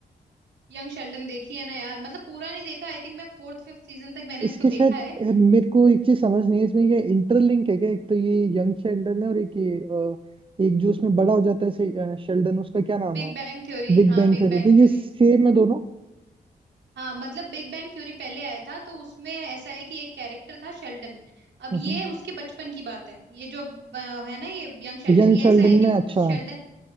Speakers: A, on the right; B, on the right.
A: यंग शेल्डन देखी है ना यार मतलब पूरा नहीं देखा आई थिंक मैं फोर्थ फिफ्थ सीजन तक मैंने
B: इसके
A: उसको
B: शायद
A: देखा है
B: अ, मेरे को एक चीज समझ नहीं है इसमें ये इंटरलिंक है क्या एक तो ये यंग शेल्डन है और एक ये अ, एक जो उसमें बड़ा हो जाता है से- अ, शेल्डन उसका क्या नाम
A: Big
B: है
A: Bang Theory
B: बिग
A: हाँ
B: बैंग
A: बिग
B: थ्योरी
A: बैंग
B: तो ये
A: थ्योरी
B: सेम है दोनों
A: हाँ मतलब बिग बैंग थ्योरी पहले आया था तो उसमें ऐसा है कि एक कैरेक्टर था शेल्डन अब
B: हम्म
A: ये उसके बचपन की बात है ये जो ब- है ना ये यंग शेल्डन
B: यंग
A: ये
B: शेल्डन
A: ऐसा है कि
B: में
A: वो
B: अच्छा
A: शेल्डन
B: हम्म